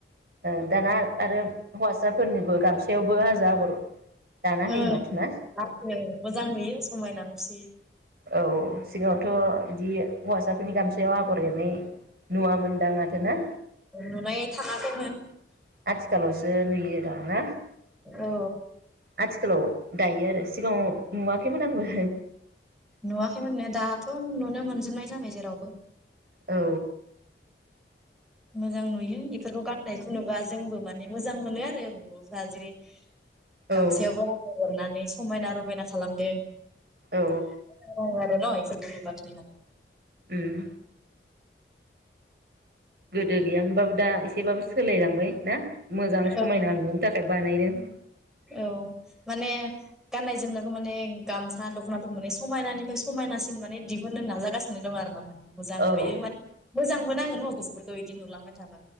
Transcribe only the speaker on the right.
ओ दाना आर आरो हौवासाफोरनिबो गामसायावबो हाजो आगर दाना होयो
माथो ना
औ सिगाङावथ बिदि हौवासाफोरनि गामसायाव आगर एरनाय नुवामोनदां माथो ना
आथिखालावसो नुयो दां ना
आथिखालाव दायो आरो सिगाङाव नुवाखैमोन आंबो
औ
औ
औ
ओम गोदो गैया मोनबाबो दा एसेबाबो सोलायलांबाय ना मोजां समायना
नुहोनो थाखाय बानायदों।
औ